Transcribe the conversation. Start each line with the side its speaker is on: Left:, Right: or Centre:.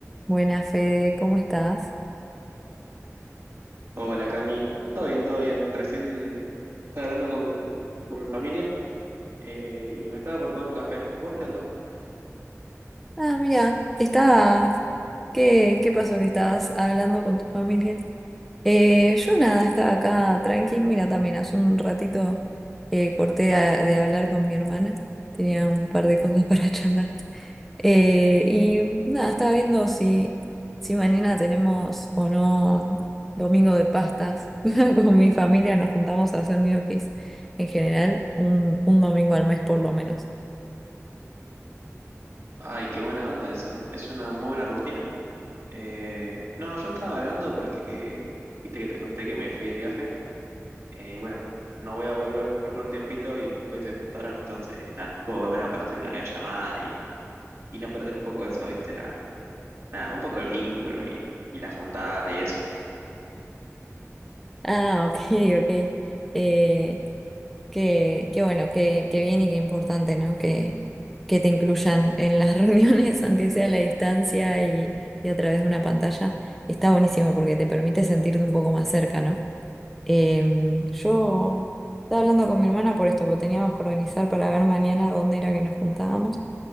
Centre: Buenas, Fede, ¿cómo estás?
Right: Hola Cami, todo bien, todo bien. Recién estaba hablando con, con mi familia eh, y me estaba por tomar un café. ¿Vos qué onda?
Centre: Ah, mira, estabas. ¿Qué, qué pasó que estabas hablando con tu familia? Eh, yo nada, estaba acá tranqui. Mira, también hace un ratito eh, corté a- de hablar con mi hermana. Tenía un par de cosas para <laughs> charlar. Eh, y nada, estaba viendo si, si mañana tenemos o no domingo de pastas. <laughs> Con mi familia nos juntamos a hacer ñoquis en general un, un domingo al mes por lo menos.
Right: Ay, qué buena onda eso. Es una muy buena rutina. Eh, no, yo estaba hablando porque, viste que te conté que me fui de viaje. Eh, y bueno, no voy a volver por un tiempito y justo hoy se juntaron, entonces nada, estuvo bueno para hacer una videollamada y, y no perder un poco eso, viste, la, nada, un poco el vínculo y, y la juntada y eso.
Centre: Ah, ok, ok. Eh, qué, qué bueno, qué, qué bien y qué importante, ¿no? Que, que te incluyan en las <laughs> reuniones, aunque sea a la distancia y, y a través de una pantalla. Está buenísimo porque te permite sentirte un poco más cerca, ¿no? Em, yo estaba hablando con mi hermana por esto, porque teníamos que organizar para ver mañana dónde era que nos juntábamos.